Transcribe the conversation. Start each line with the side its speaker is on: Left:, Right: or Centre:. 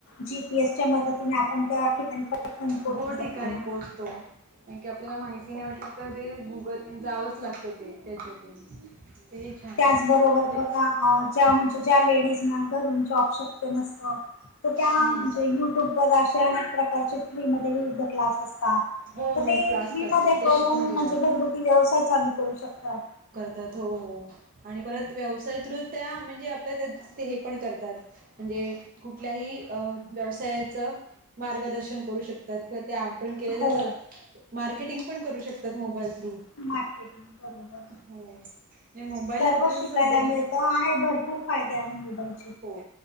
Left: जीपीएसच्या मतीने आपण त्या ठिकाणी पटकन पोहचू
Right: हो
Left: शकतो.
Right: ठिकाणी पोहोचतो. कारण की आपल्याला माहिती नाही म्हटलं आपल्या ते गुगल जावंच लागतं ते त्याच्यातून. तेही छान
Left: त्याचबरोबर
Right: म्हणजे
Left: बघा हा. ज्या म्हणजे ज्या लेडीजना घरून जॉब शक्य नसत तर त्या
Right: हम्म.
Left: म्हणजे युट्यूब. व अशे अनेक प्रकारचे फ्री मध्ये विविध क्लास असतात. तात
Right: हो मी
Left: तर ते
Right: क्लास
Left: फ्री
Right: करतात
Left: म
Right: ते
Left: करून
Right: शिकून घेतात
Left: म्हणजे घरगुती व्यवसाय चालू करू शकतात.
Right: त्या हो हो आणि परत व्यवसायतू त्या म्हणजे आपल्या त्या हे पण करतात. म्हणजे कुठल्याही अ व्यवसायाचं. मार्गदर्शन करू शकतात किंवा आपण केले त्याचं.
Left: हो
Right: मार्केटिंग पण करू शकतात मोबाईल थ्रू.
Left: मार्केटिंग बरोबर
Right: हो. मोबाईल
Left: सर्व
Right: आपल्या
Left: शिकायला
Right: सध्याची
Left: मिळत. त आहे भरपूर फायदे आहे मोबाईल.
Right: हो,